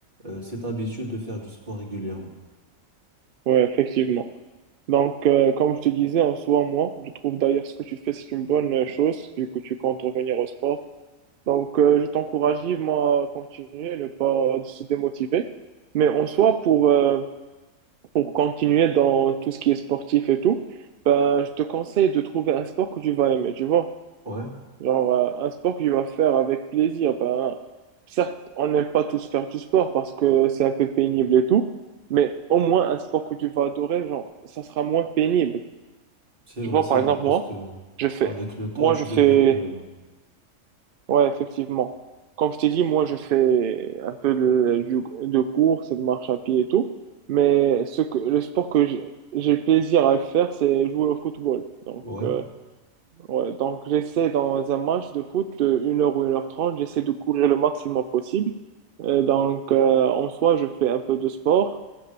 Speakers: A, on the right (about 40°); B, on the right (about 60°).
A: euh, cette habitude de faire du sport régulièrement.
B: ouais, effectivement. Donc, euh, comme je te disais, en soi, moi, je trouve d'ailleurs ce que tu fais, c'est une bonne euh, chose, vu que tu comptes revenir au sport. Donc, euh, je t'encourage vivement à continuer, ne pas se démotiver. Mais en soi, pour, euh, Pour continuer dans tout ce qui est sportif et tout, ben, je te conseille de trouver un sport que tu vas aimer, tu vois.
A: Ouais,
B: Genre, euh, un sport que tu vas faire avec plaisir. Ben, certes, on n'aime pas tous faire du sport parce que c'est un peu pénible et tout, mais au moins un sport que tu vas adorer, genre, ça sera moins pénible.
A: c'est
B: Tu
A: vrai,
B: vois,
A: c'est
B: par
A: vrai,
B: exemple,
A: parce
B: moi,
A: que
B: je fais,
A: avec le temps,
B: moi,
A: tu
B: je fais
A: deviens plus... euh,
B: Ouais, effectivement. Comme je t'ai dit, moi, je fais un peu de, du- de course et de marche à pied et tout. Mais ce que, le sport que j'ai j'ai plaisir à faire, c'est jouer au football. Donc,
A: Ouais,
B: euh, ouais, donc j'essaie dans un match de foot de 1h ou une heure trente, j'essaie de courir le maximum possible. Euh, donc, euh, en soi, je fais un peu de sport